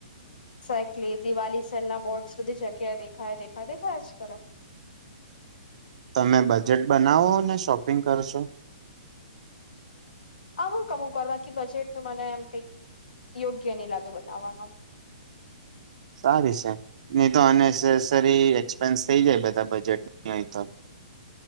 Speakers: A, on the left; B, on the right.
A: એેકલી દિવાળ સેલ ના બોર્ડ બધી જગ્યાએ દેખાય દેખાય આજ કાલ.
B: તમે બજેટ બનાવો ને શોપિંગ કરશો.
A: અમુક અમુક વાર બાકી બજેટ ત મને એમ કઈક યોગ્ય નહી લાગે બનાવવાનું. <inaudible>
B: સારી છે નહી તો અનેસેસરી એક્સપેન્સ થઈ જાય બધા બજેટનો-